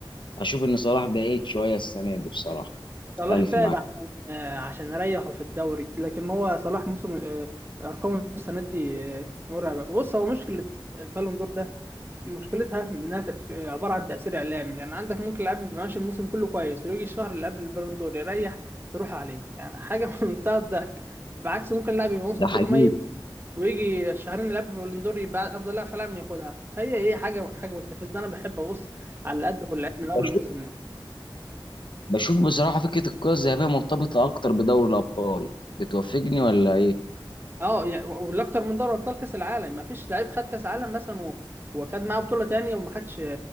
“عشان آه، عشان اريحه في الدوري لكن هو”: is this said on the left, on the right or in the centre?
Right